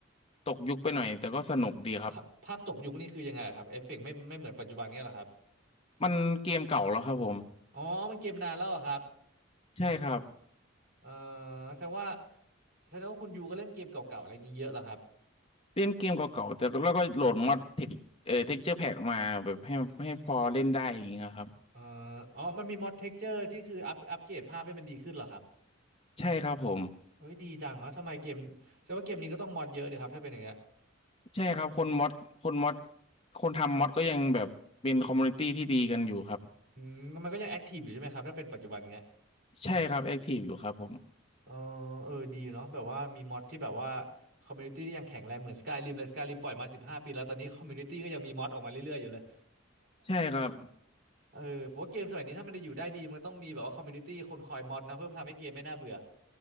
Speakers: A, on the left (about 30°); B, on the right (about 60°).
A: ตกยุคไปหน่อยแต่ก็สนุกดีครับ
B: ภาพภาพตกยุคนี่คือยังไงครับเอฟเฟกต์ไม่ไม่เหมือนปัจจุบันเนี่ยเหรอครับ
A: มันเกมเก่าแล้วครับผม
B: อ๋อ มันเกมนานแล้วเหรอครับ
A: ใช่ครับ
B: เออแสดงว่าแสดงว่าคุณยูก็เล่นเกมเก่าๆอะไรอย่างนี้เยอะเหรอครับ
A: เล่นเกมเก่าๆแต่แล้วก็โหลดมอดเทคเอ่อเท็กเจอร์แพกมาแบบให้ให้พอเล่นได้อย่างเงี้ยครับ
B: เอออ๋อ มันมีม o d เท็กเจอร์ที่คืออัพอัปเกรดภาพให้มันดีขึ้นเหรอครับ
A: ใช่ครับผม
B: เฮ้ยดีจังวะทำไมเกมแสดงว่าเกมนี้ก็ต้องมอดเยอะดีครับถ้าเป็นอย่างเงี้ย
A: ใช่ครับคนมอดคนมอดคนทำมอดก็ยังแบบเป็นคอมมูนิตี้ที่ดีกันอยู่ครับ
B: อืมมันก็ยังแอคทีฟอยู่ใช่ไหมครับถ้าเป็นปัจจุบันเงี้ย
A: ใช่ครับแอคทีฟอยู่ครับผม
B: เออเออ ดีเนาะแบบว่ามีมอดที่แบบว่าคอมมูนิตี้ที่ยังแข็งแรงเหมือนสกายริมเลยสกายริมปล่อยมาสิบห้าปีแล้วตอนนี้คอมมูนิตี้ก็ยังมีมอดออกมาเรื่อยๆอยู่เลย
A: ใช่ครับ
B: <laughs> เออผมว่าเกมสมัยนี้ถ้ามันจะอยู่ได้ดีมันก็ต้องมีแบบว่าคอมมูนิตี้คนคอยมอดนะเพื่อทำให้เกมไม่น่าเบื่อ